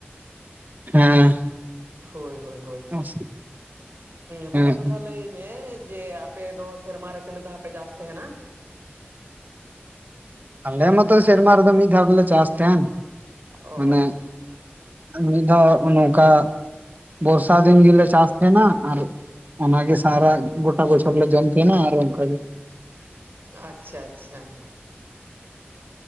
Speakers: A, on the right; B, on the right.
A: ᱦᱮᱸ᱾
B: ᱦᱳᱭ ᱦᱳᱭ ᱦᱳᱭ,
A: ᱦᱮᱸ
B: ᱛᱟᱦᱚᱞᱮ
A: ᱦᱮᱸ
B: ᱵᱚᱭᱦᱟ ᱞᱟᱹᱭ ᱢᱮ ᱡᱮ ᱟ ᱯᱮ ᱫᱚ ᱥᱮᱨᱢᱟ ᱨᱮ ᱛᱤᱱᱟᱹᱜ ᱫᱷᱟᱣ ᱯᱮ ᱪᱟᱥ ᱛᱟᱦᱮᱸᱱᱟ?
A: ᱟᱞᱮ ᱢᱟᱛᱚ ᱥᱮᱨᱢᱟ ᱨᱮᱫᱚ ᱢᱤᱫ ᱫᱷᱟᱣ ᱜᱮᱞᱮ ᱪᱟᱥ ᱛᱟᱦᱮᱸᱱ,
B: ᱚᱻ
A: ᱢᱟᱱᱮ ᱢᱤᱫ ᱫᱷᱟᱣ ᱱᱚᱝᱠᱟ, ᱵᱚᱨᱥᱟ ᱫᱤᱱ ᱜᱮᱞᱮ ᱪᱟᱥ ᱛᱟᱦᱮᱸᱱᱟ ᱟᱨ ᱚᱱᱟᱜᱮ ᱥᱟᱨᱟ ᱜᱚᱴᱟ ᱵᱚᱪᱷᱚᱨᱞᱮ ᱡᱚᱢ ᱛᱟᱦᱮᱸᱱᱟ ᱟᱨ ᱚᱝᱠᱟ ᱜᱮ᱾
B: ᱟᱪᱪᱷᱟ ᱟᱪᱪᱷᱟ᱾